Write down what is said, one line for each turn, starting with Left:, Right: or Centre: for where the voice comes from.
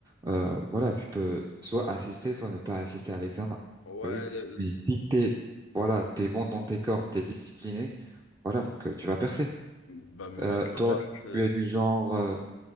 Right: euh, voilà, tu peux soit assister, soit ne pas assister à l'examen.
Left: Ouais,
Right: T'as vu?
Left: le- le-
Right: Mais si t'es, voilà, t'es bon dans tes cordes, t'es discipliné, voilà, donc euh, tu vas percer.
Left: bah, mais
Right: Euh,
Left: bien sûr,
Right: toi,
Left: bah, ça c'est.
Right: tu es du genre euh,